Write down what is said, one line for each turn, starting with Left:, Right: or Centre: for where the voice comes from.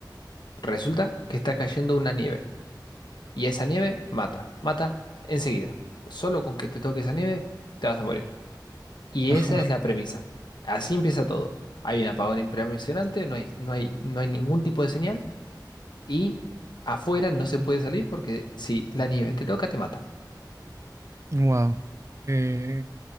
Left: Resulta que está cayendo una nieve. Y esa nieve mata, mata enseguida. Solo con que te toque esa nieve, te vas a morir. Y
Right: <laughs>
Left: esa es la premisa. Así empieza todo. Hay un apagón impresionante, no hay, no hay, no hay ningún tipo de señal. Y afuera no se puede salir porque si la nieve te toca, te mata.
Right: Wow, qué,